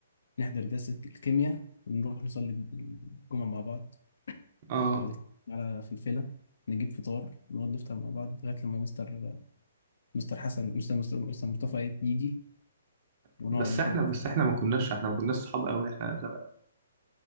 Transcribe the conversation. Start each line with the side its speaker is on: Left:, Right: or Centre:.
Left: نحضر درس الكيمياء ونروح نصلي الجمعه مع بعض
Right: اه
Left: وبعد كده على فلفلة نجيب فطار نقعد نفطر مع بعض لغاية لما مستر مستر حسن مستر مستر, مستر مصطفى يجي ونقعد
Right: بس
Left: نحضر
Right: احنا بس احنا ما كناش احنا ما كناش صحاب قوي احنا زمان